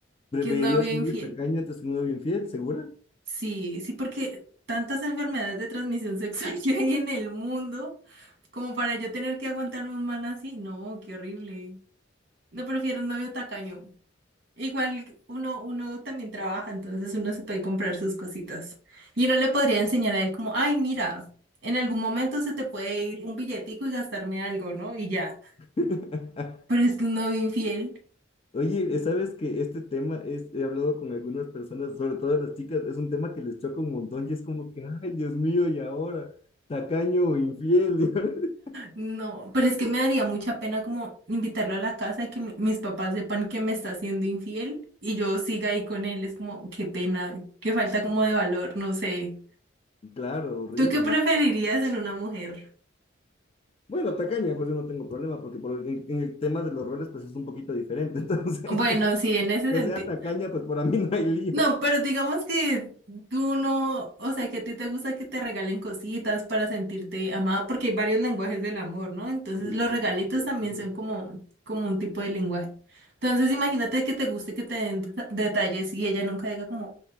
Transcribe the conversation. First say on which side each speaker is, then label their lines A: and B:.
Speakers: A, on the left; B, on the right.
A: ¿Preferirías
B: que un novio
A: un
B: infiel.
A: novio tacaño antes que un novio infiel, segura?
B: Sí, sí, porque tantas enfermedades de transmisión <laughs> sexual que hay en el mundo, como para yo tener que aguantarme un man así, no, qué horrible. No prefiero un novio tacaño. Igual uno, uno también trabaja, entonces uno se puede comprar sus cositas. Y uno le podría enseñar a él como, ay, mira, en algún momento se te puede ir un billetico y gastarme algo, ¿no? Y ya.
A: <laughs>
B: Pero es que un novio infiel.
A: Oye, eh, sabes que este tema es, he hablado con algunas personas, sobre todo las chicas, es un tema que les choca un montón y es como que, ay, Dios mío, y ahora, tacaño o infiel. <laughs>
B: No, pero es que me daría mucha pena como invitarlo a la casa y que mi- mis papás sepan que me está siendo infiel y yo siga ahí con él. Es como, qué pena, qué falta como de valor, no sé.
A: Claro, horrible.
B: ¿Tú qué preferirías en una mujer?
A: Bueno, tacaña, pues yo no tengo problema, porque por- el- en, en el tema de los roles, pues es un poquito diferente. <laughs> Entonces,
B: Bueno, sí, en ese
A: que
B: sentido.
A: sea tacaña, pues para mí no hay lío.
B: No, pero digamos que tú no, o sea, que a ti te gusta que te regalen cositas para sentirte amada, porque hay varios lenguajes del amor, ¿no? Entonces
A: Sí,
B: los
A: sí,
B: regalitos
A: por supuesto.
B: también
A: ajá.
B: son como, como un tipo de lenguaje. Entonces imagínate que te guste que te den deta- detalles y ella nunca diga como,